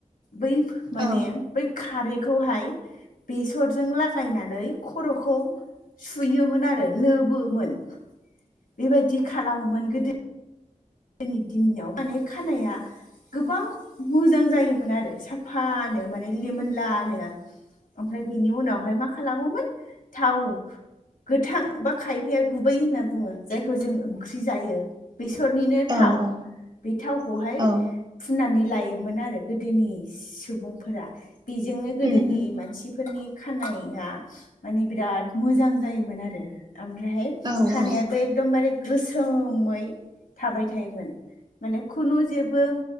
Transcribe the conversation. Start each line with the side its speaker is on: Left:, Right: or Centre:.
Left: बै माने
Right: औ
Left: बै खारै खौहाय बेसरजों लागायनानै खर'खौ सुयोमोन आरो लोबोमोन बेबायदि खालामोमोन गोदो जोंनि दिनाव माने खानाया गोबां मोजां जायोमोन आरो साफानो माने लेमोनलानो ओमफ्राय बेनि उनावहाय मा खालामोमोन थाव गोथां बा खायफाया गुबै होनना बुङो जायखौ जों ओंख्रि जायो बेसरनिनो थाव
Right: औ औ
Left: बे थावखौहाय
Right: औ
Left: फुननानै लायोमोन आरो गोदोनि सुबुंफोरा बेजोंनो गोदोनि
Right: उम उम
Left: मानसिफोरनि खानाया माने बिराद मोजां जायोमोन आरो ओमफ्रायहाय
Right: औ
Left: खानायाबो
Right: औ
Left: एकदमबारे गोसोमै थाबाय थायोमोन माने खुनु जेबो